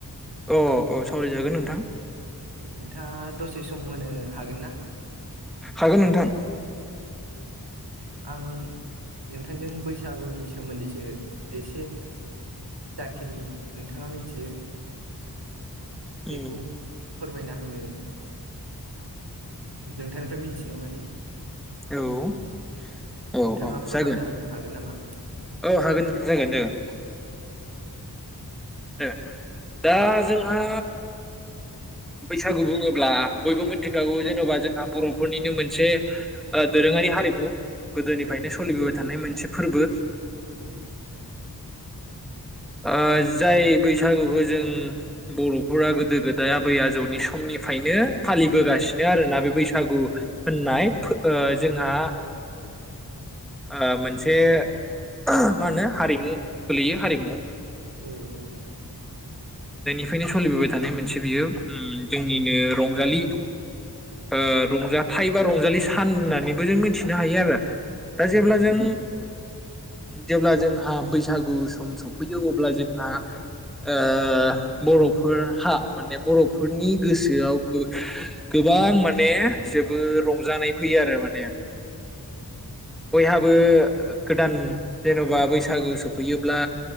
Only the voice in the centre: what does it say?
अ औ सावरायजागोन नोंथां।
हागोन नोंथां
उम
औ औ
औ
जागोन
औ हागोन नोंथां जागोन जागोन। ओ दा जोंहा बैसागु बुङोब्ला बयबो मिथिखागौ जेन'बा जोंहा बर'फोरनिनो मोनसे ओ दोरोङारि हारिमु। गोदोनिफायनो
सोलिबोबाय
थानाय मोनसे फोरबो।
ओ जाय बैसागुखो जों बर'फोरा गोदो गोदाय आबै आजौनि समनिफायनो फालिबोगासिनो आरोना बे बैसागु होननाय फो ओ जोंहा ओ मोनसे मा होनो हारिमु गोलैयो हारिमु।
फ्रायनो सलिबोबाय थानाय मोनसे बियो उम जोंनिनो रंजालि ओ रंजाथाइ बा रंजालि सान होननानैबो जों मिथिनो हायो आरो। दा
जेब्ला
जों
जेब्ला जोंहा बैसागु सम सफैयो अब्ला जोंहा ओ बर'फोरहा माने बर' फोरनि गोसोआव गो गोबां माने जोबोद रंजानाय फैयो आरो माने बयहाबो गोदान जेन'बा बैसागु सफैयोब्ला